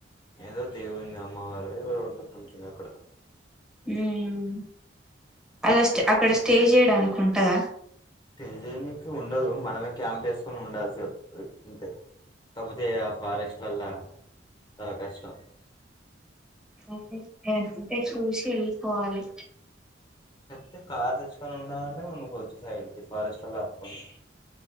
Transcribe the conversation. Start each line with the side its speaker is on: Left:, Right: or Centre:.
Left: ఏదో దేవుంది అమ్మవారు ఎవరు ఉంటారు సంథింగ్ అక్కడ
Centre: హ్మ్ అలా స్టే అక్కడ స్టే చేయడానికి ఉంటదా
Left: స్టేజేనికి ఉండదు మనమే క్యాంప్ వేసుకొని ఉండాల్సి వస్తుంది అంతే కాకపోతే ఆ ఫారెస్ట్లల్లా చాలా కష్టం.
Centre: ఏమైనా ఉంటే చూసి ఎళ్ళిపోవాలి
Left: అయితే కార్ తెచ్చుకొని ఉండాలంటే ఉండు కోవచ్చు సైడ్ కు ఫారెస్ట్లల్ల అప్పుకుని